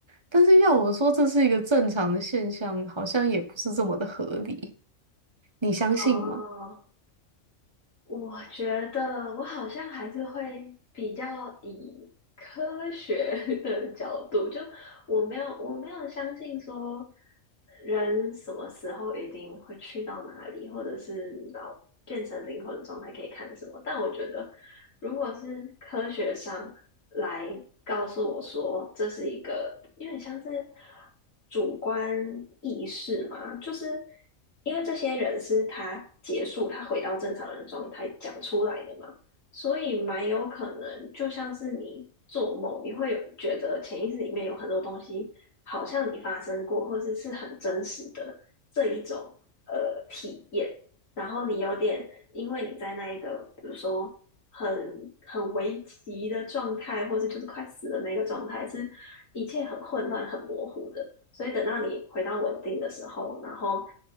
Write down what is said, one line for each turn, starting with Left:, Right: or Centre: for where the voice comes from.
Right: 但是要我说这是一个正常的现象，好像也不是这么的合理。你相信吗？
Left: 哦，我觉得我好像还是会比较以科学 <laughs> 的角度，就我没有我没有相信说人什么时候一定会去到哪里，或者是到变成灵魂的状态可以看什么。但我觉得如果是科学上来告诉我说这是一个有点像是主观意识嘛，就是因为这些人是他结束他回到正常人状态讲出来的嘛，所以蛮有可能就像是你做梦，你会有觉得潜意识里面有很多东西好像你发生过，或者是很真实的这一种呃体验。然后你有点，因为你在那一个，比如说很很危急的状态，或是就是快死的那个状态，是一切很混乱、很模糊的。所以等到你回到稳定的时候，然后